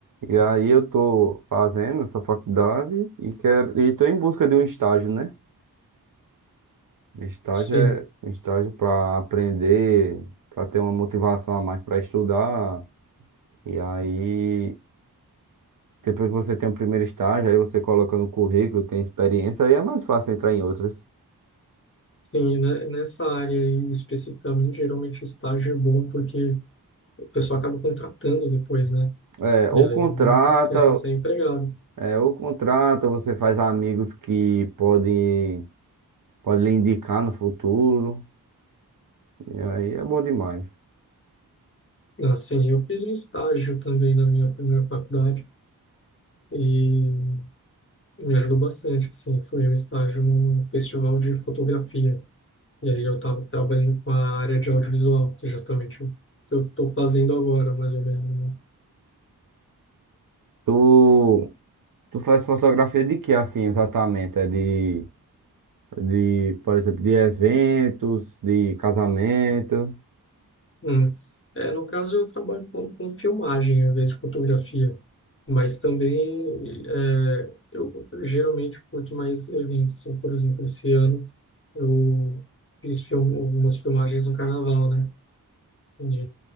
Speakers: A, on the right (about 60°); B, on the left (about 35°).
A: E aí eu tô fazendo essa faculdade e quero e tô em busca de um estágio, né? Um Estágio
B: Sim,
A: é um estágio para aprender, para ter uma motivação a mais para estudar. E aí depois que você tem o primeiro estágio, aí você coloca no currículo, tem experiência, aí é mais fácil entrar em outros.
B: sim, né? Nessa área aí especificamente, geralmente o estágio é bom porque o pessoal acaba contratando depois, né?
A: É, ou
B: E aí
A: contrata,
B: você já sai empregado.
A: é, ou contrata, você faz amigos que podem, podem lhe indicar no futuro. E aí é bom demais.
B: Assim, eu fiz um estágio também na minha primeira faculdade e me ajudou bastante, assim, foi um estágio num festival de fotografia. E aí eu estava trabalhando com a área de audiovisual, que é justamente o que eu estou fazendo agora, mais ou menos, né?
A: Tu, tu faz fotografia de que assim exatamente? É de, de, por exemplo, de eventos, de casamento.
B: Hum. É, no caso, eu trabalho com, com filmagem em vez de fotografia, mas também é, eu geralmente curto mais eventos, assim, por exemplo, esse ano eu fiz film, algumas filmagens no carnaval, né? E